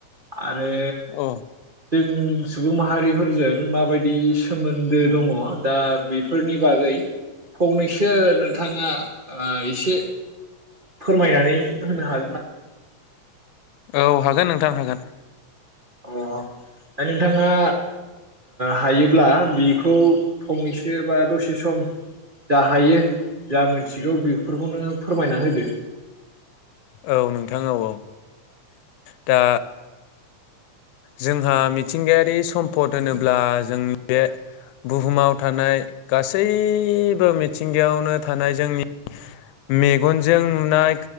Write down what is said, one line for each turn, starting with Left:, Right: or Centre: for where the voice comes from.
Right: आरो
Left: औ
Right: जों सुबुं माहारिफोरजों माबायदि सोमो न्दो दङ दा बेफोरनि बागै फंनैसो सो नोंथाङा आ एसे फोरमायनानै होनो हा
Left: औ हागोन नोंथां हागोन।
Right: अ दा नोंथाङा हायोब्ला बेखौ फंनैसो बा दसे सम जा हायो जा मोनथिगौ बेफोरखौनो फोरमायना होदो
Left: औ नोंथां औ औ दा जोंहा मिथिंगायारि सम्पद होनोब्ला जोंनि बे बुहुमाव थानाय गासैबो मिथिंगायावनो थानाय जोंनि मेगनजों नुनाय